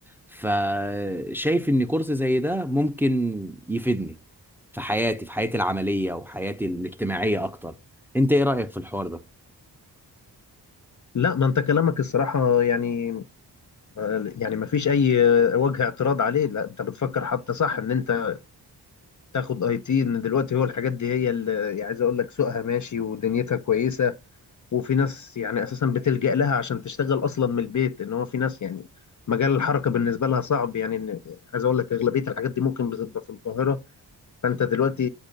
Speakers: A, in the centre; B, on the left.
A: فشايف إن كورس زي ده ممكن يفيدني في حياتي في حياتي العملية وحياتي الاجتماعية أكتر أنت إيه رأيك في الحوار
B: لا ما انت كلامك الصراحه يعني آه، يعني ما فيش اي وجه اعتراض عليه لا انت بتفكر حتى صح ان انت تاخد اي تي ان دلوقتي هو الحاجات دي هي اللي يعني عايز اقول لك سوقها ماشي ودنيتها كويسه وفي ناس يعني اساسا بتلجأ لها عشان تشتغل اصلا من البيت ان هو في ناس يعني مجال الحركه بالنسبه لها صعب يعني إن يعني عايز اقول لك اغلبيه الحاجات دي ممكن بتبقى في القاهره فانت دلوقتي